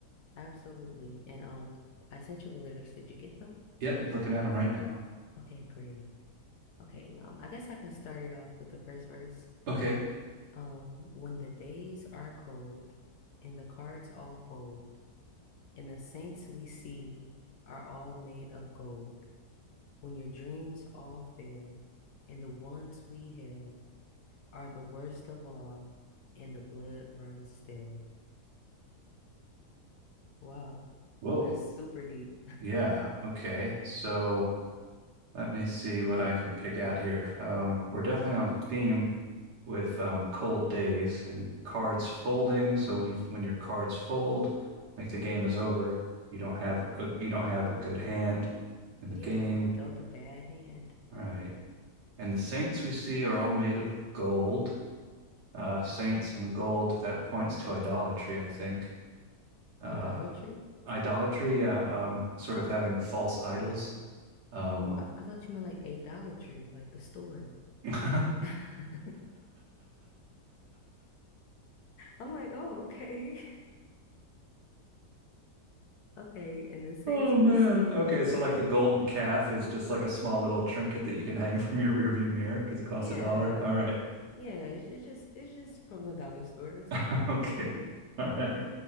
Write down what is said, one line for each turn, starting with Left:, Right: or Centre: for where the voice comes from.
Left: Absolutely. And um I sent you the lyrics. Did you get them?
Right: Yep, looking at them right now.
Left: Okay, great. Okay, um I guess I can start it off with the first verse.
Right: Okay.
Left: Um when the days are cold and the cards all fold And the saints we see are all made of gold. When your dreams all fail, and the ones we hail are the worst of all, and the blood runs stale. Wow,
Right: Whoa.
Left: that's super deep.
Right: Yeah. Okay. So let me see what I can pick out here. Um, we're definitely on theme with um, cold days and cards folding. So when you when your cards fold, like the game is over. You don't have a, you don't have a good hand in
Left: Yeah,
Right: the game.
Left: you were dealt a bad hand.
Right: All right. And the saints we see are all made of gold. Uh, saints and gold, that points to idolatry, I think. uh,
Left: Idolatry?
Right: idolatry, yeah, um, sort of having false idols. Um,
Left: Oh, I, I thought you meant like a Dollar Tree, like the store.
Right: <laughs>
Left: <laughs> I'm like, oh, okay. <laughs> Okay, and the saints
Right: oh
Left: we
Right: man.
Left: see.
Right: Okay, so like the golden calf is just like a small little trinket that you can hang <laughs> from your rearview mirror because it costs
Left: Yeah,
Right: a dollar. All right.
Left: Yeah, it's, it's just it's just from the dollar store. It's
Right: <laughs>
Left: all
Right: Okay.
Left: <laughs>
Right: All right.